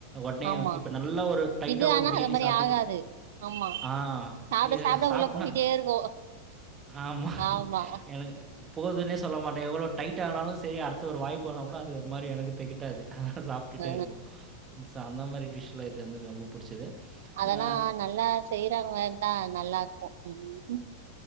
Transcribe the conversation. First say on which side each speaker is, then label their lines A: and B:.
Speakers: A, on the right; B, on the right.
A: ஒடனே
B: ஆமா
A: இப்போ நல்லா ஒரு டைட்டா
B: இது ஆனா
A: ஒரு பிரியாணி
B: அது மாரி
A: சாப்டிங்
B: ஆகாது ஆமா
A: ஆ ஆ
B: சாப்ட
A: இது
B: சாப்ட
A: சாப்பனா
B: உள்ள போயிட்டே இருக்கு
A: ஆமா
B: ஆமா
A: எனக்கு போதுனே சொல்லமாட்டே எவ்ளோ டைட் ஆனாலு சேரி அர்த் இப்ப ஒரு வாய்ப்பு ஆனா கூட அது ஒரு மாதிரி எனக்கு தெகட்டாது அதனால சாப்பிட்டுட்டே
B: ஆ
A: இருப்போ ஸோ அந்த மாரி டிஷில இது வந்து என ரொம்ப புடிச்சது
B: அதெல்லா
A: ஆ
B: நல்லா செய்றாங்கதா நல்லா இருக்கு உம்